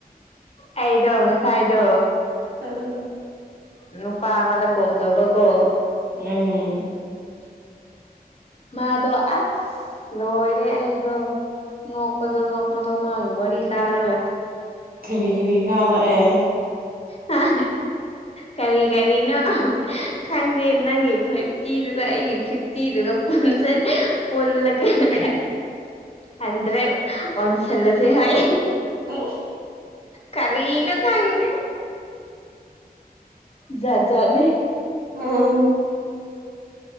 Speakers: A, on the left; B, on the right.
A: ꯑꯩꯗꯣ ꯉꯁꯥꯏꯥꯏꯗꯣ
B: ꯎꯝ
A: ꯅ ꯄꯥꯃꯗ ꯀꯣꯗꯕ ꯀꯣ
B: ꯎꯝ
A: ꯃꯥꯗꯣ ꯑꯁ ꯂꯣꯏꯔꯦ ꯑꯩꯗꯣ ꯅꯣꯛꯄꯗꯣ ꯅꯣꯛꯄꯗꯣ ꯃꯥꯒꯦ ꯋꯥꯔꯤ ꯇꯥꯔꯒ
B: ꯊꯈꯅꯤ ꯍꯔ ꯑꯦ
A: ꯑ ꯀꯔꯤ ꯀꯔꯤꯅ ꯈꯪꯗꯦ ꯅꯪꯒꯤ ꯐꯤꯚꯇꯤꯗꯨꯒ ꯑꯩꯒꯤ ꯐꯤꯐꯇꯤꯗꯨꯒ ꯄꯨꯟꯁ ꯄꯨꯒ ꯍꯟꯗ꯭ꯔꯥꯏ ꯑꯣꯟꯁꯜꯂꯣꯁꯦ ꯍꯥꯏ
B: ꯎꯝ
A: ꯀꯔꯤꯅ ꯀꯪꯅꯤ ꯌꯥꯖꯠꯖꯅꯦ
B: ꯎꯝ